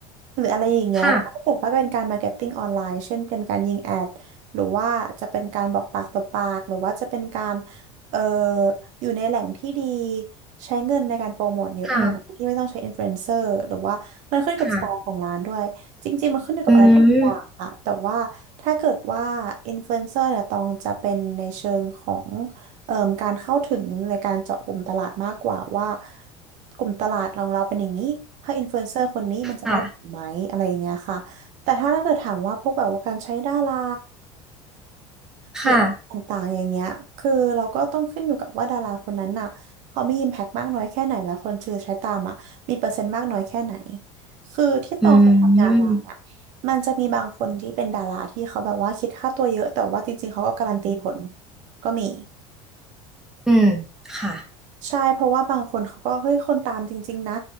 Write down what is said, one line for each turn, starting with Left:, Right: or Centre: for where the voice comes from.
Right: หรืออะไรอย่างเงี้ยก็ถือว่าเป็นการมาร์เก็ตติ้งออนไลน์เช่นเป็นการยิงแอดหรือว่าจะเป็นการบอกปากต่อปากหรือว่าจะเป็นการ
Centre: ค่ะ
Right: เอ่ออยู่ในแหล่งที่ดีใช้เงินในการโปรโมทเยอะหน่อยที่ไม่ต้องใช้อินฟลูเอนเซอร์หรือว่ามันขึ้นอยู่กับสไตล์ของร้านด้วยจริงๆมันขึ้นอยู่กับอะไรหลายอย่างค่ะแต่ว่าถ้าเกิดว่าอินฟลูเอนเซอร์เนี่ยต้องจะเป็นในเชิงของ
Centre: ค่ะ ค่ะ อืม
Right: เอ่อการเข้าถึงในการเจาะกลุ่มตลาดมากกว่าว่ากลุ่มตลาดของเราเป็นอย่างนี้ถ้าอินฟลูเอนเซอร์คนนี้มันจะได้ผลไหมอะไรอย่างเงี้ยค่ะแต่ถ้าถ้าเกิดถามว่าพวกแบบว่าการใช้ดารา
Centre: ค่ะ ค่ะ
Right: หรืออะไรต่างๆอย่างเงี้ยคือเราก็ต้องขึ้นอยู่กับว่าดาราคนนั้นน่ะเขามีอิมแพกมากน้อยแค่ไหนแล้วคนชื่อใช้ตามอ่ะมีเปอร์เซ็นต์มากน้อยแค่ไหนคือที่ตองเคยทำงานมาเนี่ย
Centre: อืม
Right: มันจะมีบางคนที่เป็นดาราที่เขาแบบว่าคิดค่าตัวเยอะแต่ว่าจริงๆเขาก็การันตีผลก็มี
Centre: อืมค่ะ
Right: ใช่เพราะว่าบางคนเขาก็เฮ้ยคนตามจริงๆนะ